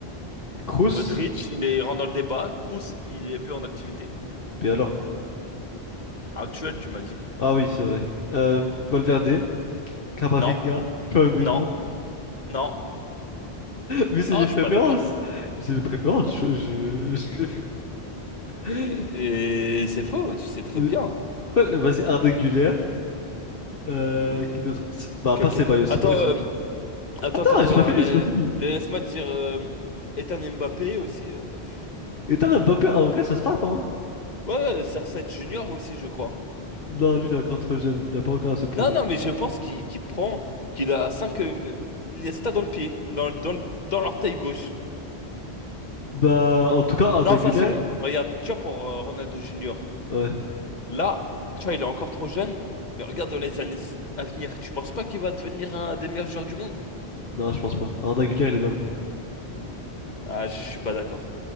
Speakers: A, on the left (about 60°); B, on the left (about 40°).
A: Kroos.
B: Modric, il est rentre dans le débat. Kroos, il est plus en activité.
A: Mais alors?
B: Actuel, tu m'as dit.
A: Ah oui, c'est vrai. Euh, Valverde, Camavinga,
B: Non,
A: Tchouaméni.
B: non, non.
A: Mais c'est
B: Ah,
A: mes
B: je
A: préférences.
B: suis pas d'accord.
A: C'est mes préférences. Je, je- je-
B: Mais euh, c'est faux, tu
A: <laughs>
B: sais très
A: Mais
B: bien.
A: pourquoi- Vas-y, Arda Güler. Euh,
B: Mm.
A: qui d'autre? C'est- Bah,
B: Ok,
A: pas
B: ok.
A: Ceballos. Ceballos,
B: Attends, euh,
A: il est nul.
B: attends,
A: Attends,
B: attends, attends.
A: j'ai pas fini,
B: la-
A: j'ai pas fini.
B: la- Laisse-moi te dire... euh, Ethan Mbappé aussi... euh, pff.
A: Et t'as Mbappé, en vrai, ça se tape, hein?
B: Ouais, ouais, cr Junior aussi, je crois.
A: Non, lui, il est encore trop jeune, il a pas encore à se prouver.
B: Non, non, mais je pense qu'il qu'il prend, qu'il a 5 euh, Iniesta dans le pied, dans, dans, dans l'orteil gauche.
A: Bah, en tout cas, Arda
B: Non, de toute
A: Güler,
B: façon, regarde, tu vois, pour euh, Ronaldo Junior,
A: ouais.
B: là, tu vois, il est encore trop jeune, mais regarde dans les années à venir, tu penses pas qu'il va devenir un des meilleurs joueurs du monde?
A: Non, je pense pas. Arda Güler, il est love.
B: Ah, je suis pas d'accord.